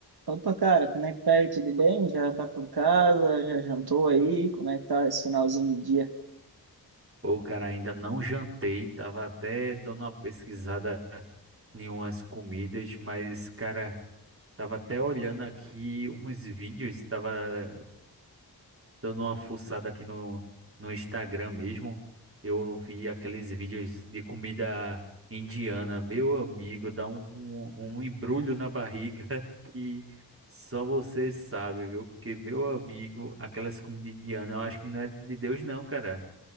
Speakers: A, on the right (about 65°); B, on the right (about 35°).
A: Opa, cara, como é que tá aí? Tudo bem? Já tá por casa? Já jantou aí? Como é que tá esse finalzinho de dia?
B: Pô, cara, ainda não jantei, tava até dando uma pesquisada em umas comidas, mas, cara, tava até olhando aqui uns vídeos, tava dando uma fuçada aqui no, no Instagram mesmo. Eu vi aqueles vídeos de comida indiana, meu amigo, dá um, um embrulho na barriga <laughs> que só você sabe, viu? Porque, meu amigo, aquelas comidas indianas, eu acho que não é de Deus, não, cara.